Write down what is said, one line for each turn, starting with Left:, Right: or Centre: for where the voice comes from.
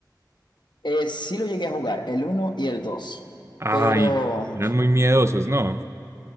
Left: Eh, sí lo llegué a jugar, el uno y el 2,
Right: Ay,
Left: pero
Right: eran muy miedosos, ¿no?